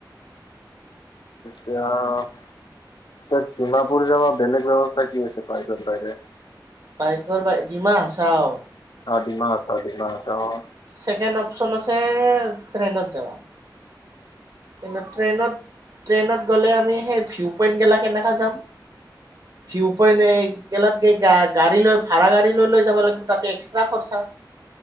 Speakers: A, on the left; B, on the right.
A: এতিয়া এই জোনাপুৰ যাবলে বেলেগ ব্যৱস্থা কি আছে বাইকৰ বাহিৰে
B: বাইকৰ বাই ডিমা হাছাও
A: অ ডিমা হাছাও দিমাছ অঁ
B: চেকেণ্ড অপচন আছে ট্ৰেইনত যোৱা কিন্তু ট্ৰেইনত ট্ৰেইনত গ'লে আমি সেই ভিউ পইন্ট গেলা কেনেকা যাম ভিউ পইণ্ট এই গেলাত গৈ গাড়ী লৈ ভাড়া গাড়ী লৈ লৈ যাব লাগিব তাত এক্সট্ৰা খৰচা